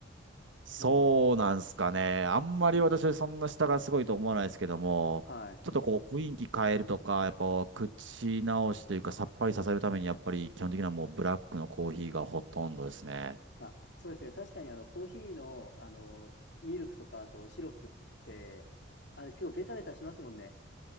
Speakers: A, on the right; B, on the left.
A: そうなんすかね。
B: も
A: あんまり私はそんな下がすごいと思わないですけども、
B: う、はい。
A: ちょっとこう雰囲気変えるとか、やっぱ口直しというかさっぱりさせるためにやっぱり基本的にはもうブラックのコーヒーがほとんどですね。
B: まあ、そうですね。確かにあの、コーヒーの、あの、ミルクとか、あとシロップって、あれ結構ベタベタしますもんね。